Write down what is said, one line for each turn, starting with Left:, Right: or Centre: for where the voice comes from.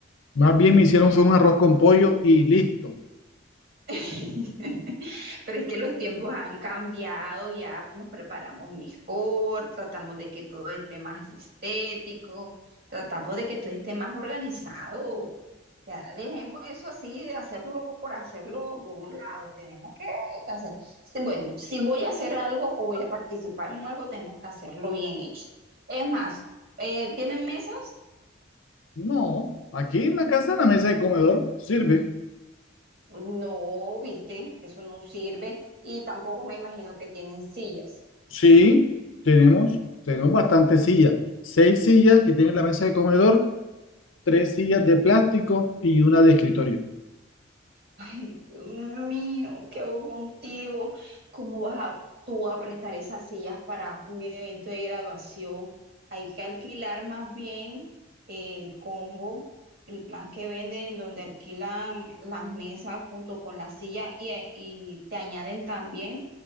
Left: Más bien me hicieron fue un arroz con pollo y listo.
Right: <laughs> Pero es que los tiempos han cambiado, ya nos preparamos mejor, tratamos de que todo esté más estético, tratamos de que todo esté más organizado. Ya dejemos eso así de hacerlo por hacerlo por un lado. Tenemos que, que hacer. si- Bueno, si voy a hacer algo o voy a participar en algo, tenemos que hacerlo bien hecho. Es más, eh, ¿tienen mesas?
Left: No, aquí en la casa, en la mesa de comedor, sirve.
Right: No, viste, eso no sirve. Y tampoco me imagino que tienen sillas.
Left: Sí, tenemos, tenemos bastantes sillas. Seis sillas que tiene la mesa de comedor, tres sillas de plástico y una de escritorio.
Right: Ay, Dios mío, ¿qué hago contigo? ¿Cómo vas a, tú a prestar esas sillas para un evento de graduación? Hay que alquilar más bien el combo, el plan que venden, donde alquilan las mesas junto con la silla y, eh, y te añaden también